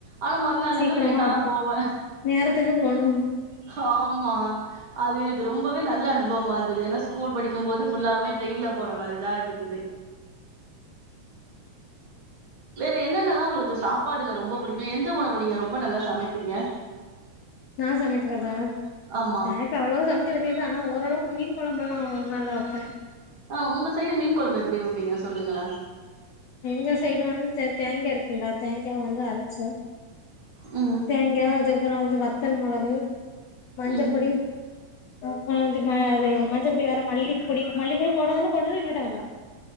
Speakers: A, on the right; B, on the left.
A: ஆனா மறுநாள்லேந்து
B: சீக்கிரமா
A: லேட்டாதா போவ
B: நேரத்துக்கு போனு
A: ஹாமா அது எனக்கு ரொம்பவே நல்ல அனுபவமா இருந்துது ஏன்னா ஸ்கூல் படிக்கு போது ஃபுல்லாவுமே ட்ரெயின்ல போற மாரிதா இருந்துது வேற என்னென்னல்லா ஒங்களுக்கு சாப்பாடுல ரொம்ப புடிக்கு எந்த உணவு நீங்க ரொம்ப நல்லா சமைப்பீங்க
B: நா சமைக்ரதா நா
A: ஆமா
B: எனக்கு அவ்ளவா சமைக்க தெரியாது ஆனா ஓரளவுக்கு மீன் கொழம்பல்லா நல்லா வப்ப
A: ஆ ஒங்க சைடு மீன் கொழம்பு எப்டி வைப்பீங்க சொல்லுங்களே
B: எங்க சைடு வந்து தே தேங்கா இருக்குல்ல தேங்காவ வந்து அரைச்சு
A: ம்
B: தேங்கா அதுகப்பறொ வந்து வத்தல் மொளகு மஞ்சப்பொடி
A: ம்
B: ம் ஆ வந்து ம அது மஞ்சப்பொடி வேற மல்லிப்பொடி மல்லிப்பொடி போடதுன்னா போடு இல்லாட்டா வேண்டா